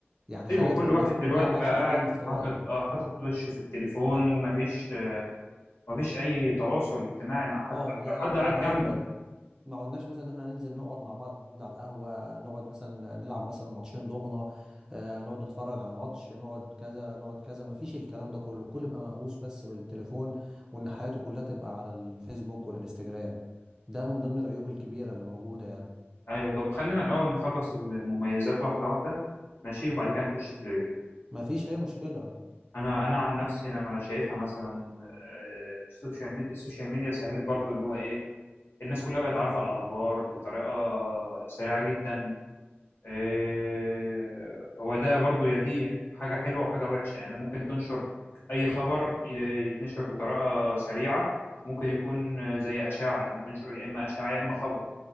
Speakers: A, on the right; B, on the left.
A: يعني خلت
B: ايوه كل
A: الناس
B: واحد
A: كلها
B: دلوقتي
A: عايشه
B: بقى قاعد
A: في عالم افتراضي
B: حاطط آه حاطط وشه في التليفون ومفيش آه مفيش اي تواصل اجتماعي مع حد
A: اه يعني
B: لو حد
A: ما
B: قاعد
A: ما
B: جنبك
A: عدت ما قلناش مثلا ان احنا ننزل نقعد مع بعض على القهوه نقعد مثلا نلعب مثلا ماتشين دومنا آه نقعد نتفرج على ماتش نقعد كذا نقعد كذا ما فيش الكلام ده كله الكل بقى مهووس بس بالتليفون وان حياته كلها تبقى على الفيسبوك والانستجرام ده من ضمن العيوب الكبيره اللي موجوده يعني
B: ايوه طب خلينا الاول نخلص المميزات واحدة واحدة ماشي وبعد كده نخش في العيوب
A: ما فيش اي مشكله
B: انا انا عن
A: و-
B: نفسي انا ما شايفها مثلا آه، السوشيال ميديا السوشيال ميديا سهلت برضو اللي هو ايه الناس كلها بقت عارفه الاخبار بطريقه سريعه جدا آه، هو ده برضو يا دي حاجه حلوه وحاجه وحشه يعني ممكن تنشر اي خبر ي- يتنشر بطريقه سريعه ممكن يكون زي اشاعه يعني تنشر يا اما اشاعه يا اما خبر